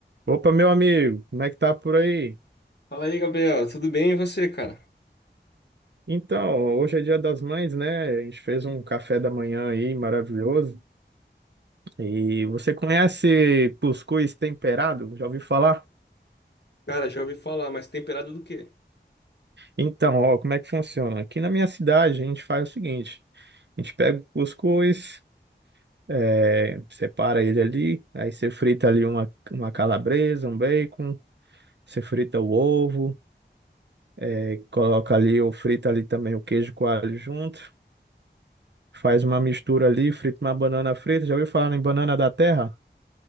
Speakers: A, on the right; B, on the left.
A: Opa, meu amigo, como é que tá por aí?
B: Fala aí, Gabriel. Tudo bem e você, cara?
A: Então, hoje é Dia das Mães, né? A gente fez um café da manhã aí maravilhoso. E você conhece cuscuz temperado? Já ouviu falar?
B: Cara, já ouvi falar, mas temperado do quê?
A: Então, ó, como é que funciona? Aqui na minha cidade a gente faz o seguinte: a gente pega o cuscuz, eh, separa ele ali, aí você frita ali uma, uma calabresa, um bacon, você frita o ovo, eh, coloca ali ou frita ali também o queijo coalho junto. Faz uma mistura ali, frita uma banana frita. Já ouviu falar em banana da terra?